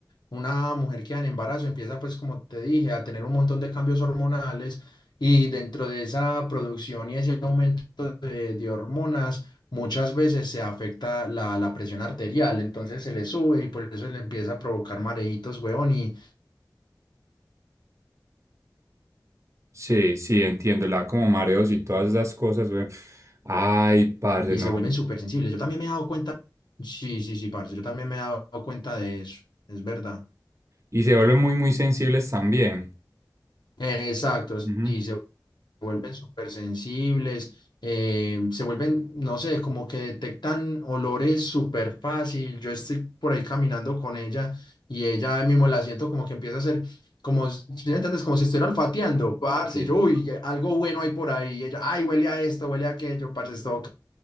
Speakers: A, on the left; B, on the right.
A: una mujer queda en embarazo, empieza, pues, como te dije, a tener un montón de cambios hormonales y dentro de esa producción y ese aumento de, de hormonas, muchas veces se afecta la, la presión arterial, entonces se le sube y por eso le empieza a provocar mareitos, huevón, y,
B: Sí, sí, entiendo, la como mareos y todas esas cosas, güey. Ay, parce,
A: y
B: no.
A: se vuelven súper sensibles. Yo también me he dado cuenta, sí, sí, sí, parce, yo también me he dado cuenta de eso, es verdad.
B: Y se vuelven muy, muy sensibles también.
A: Eh, Exacto,
B: Ujú.
A: sí, se vuelven súper sensibles, eh, se vuelven, no sé, como que detectan olores súper fácil. Yo estoy por ahí caminando con ella y ella mismo la siento como que empieza a hacer, como, si ¿sí me entiendes? Como si estuviera olfateando, parce,
B: <laughs>
A: y yo, uy, algo bueno hay por ahí. Y ella, ay, huele a esto, huele a aquello, parce, es todo